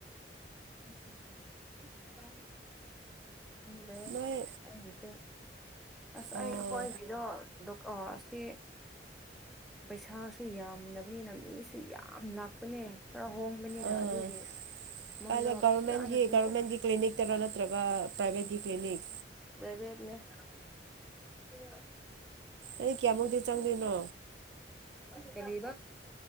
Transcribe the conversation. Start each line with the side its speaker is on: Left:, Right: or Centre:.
Centre: <unintelligible> ꯐꯪꯗ꯭ꯔꯦ
Right: ꯅꯣꯏ
Centre: ꯑꯩꯁꯦ ꯑꯁ
Right: ꯑꯣ
Centre: ꯑꯩ ꯑꯈꯣꯏꯒꯤꯗꯣ ꯑꯁꯤ ꯄꯩꯁꯥꯁꯨ ꯌꯥꯝꯗꯕꯅꯤꯅ ꯃꯤꯁꯨ ꯌꯥꯝ ꯂꯥꯛ ꯄꯅꯦ ꯈꯔ ꯍꯣꯡꯕꯅꯤꯅ
Right: ꯑꯥ
Centre: ꯑꯗꯨꯒꯤ ꯃꯣꯏꯗꯣ
Right: ꯀꯥꯏꯗ ꯒꯚꯔꯃꯦꯟꯒꯤ
Centre: ꯐꯖꯅꯁꯨ
Right: ꯒꯚꯔꯃꯦꯟꯒꯤ ꯀ꯭ꯂꯤꯅꯤꯛꯇꯔꯣ ꯅꯠꯇ꯭ꯔꯒ ꯄ꯭ꯔꯥꯏꯚꯦꯠꯀꯤ ꯀ꯭ꯂꯤꯅꯤꯛ
Centre: ꯔꯦꯚꯤꯠꯅꯦ <unintelligible>
Right: ꯑꯩ ꯀꯌꯥꯃꯨꯛꯇꯤ ꯆꯪꯗꯣꯏꯅꯣ
Centre: ꯀꯔꯤꯕ